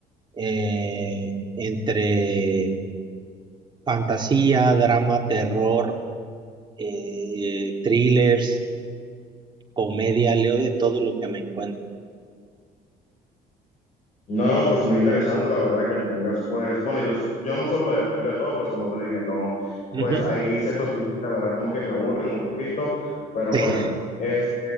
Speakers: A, on the right; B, on the left.
A: eh, entre fantasía, drama, terror, eh, thrillers comedia, leo de todo lo que me encuentro.
B: No, no, pues muy interesante, la verdad, que tú tengas, pues, bueno, yo, yo no suelo leer de todo, pues como te dije, no, pues
A: Ujú,
B: hay ciertos libros que la verdad como que me aburren un poquito, pero
A: Sí.
B: bueno, este,